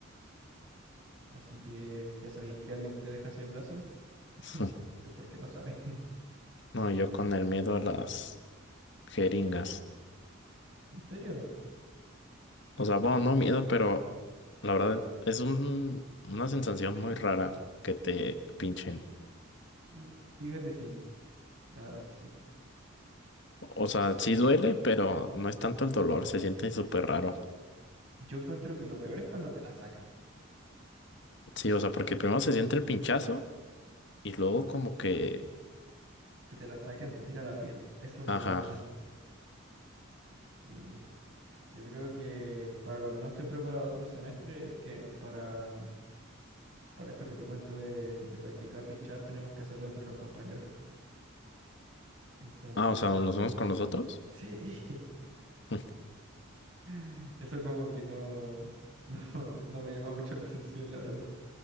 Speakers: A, on the right (about 60°); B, on the left (about 55°).
A: Así que ya sabéis, si alguien te deja así el brazo,
B: <laughs>
A: <laughs> es porque no sabe. <laughs>
B: No, yo con el miedo a las jeringas.
A: ¿En serio?
B: O sea, bueno, no miedo, pero la verdad es un, una sensación muy rara que te pinchen.
A: Mm, Fíjate, sí. La verdad es que sí.
B: O sea, sí duele, pero no es tanto el dolor, se siente súper raro.
A: Yo encuentro que lo peor es cuando te la sacan.
B: Sí, o sea, porque primero se siente el pinchazo y luego como que...
A: Que te la sacan, te tira la piel. Eso no
B: Ajá.
A: me gusta. Sí. Yo creo que para lo que no estoy preparado el otro semestre es que para, para esto que te cuento de, de practicar pinchar tenemos que hacerlo entre los compañeros. Entonces,
B: Ah, o sea, los unos con los otros.
A: sí,
B: <laughs>
A: <laughs> eso como que no, <laughs> no, no me llama mucho la atención, la verdad.